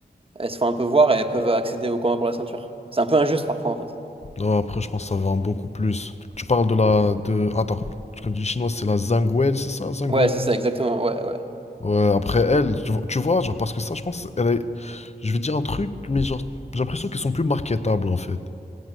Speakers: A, on the right; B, on the left.
A: elles se font un peu voir et elles peuvent accéder au combat pour la ceinture. C'est un peu injuste parfois en fait.
B: Non, après, je pense que ça va en beaucoup plus. Tu parles de la... De... Attends, quand tu dis chinoise, c'est la Zhang Weili, c'est ça, Zhang
A: Ouais,
B: Weili
A: c'est ça, exactement. Ouais, ouais.
B: Ouais, après elle, tu vo- tu vois, genre, parce que ça, je pense, elle est... Je vais dire un truc, mais genre, j'ai l'impression qu'ils sont plus marketables, en fait.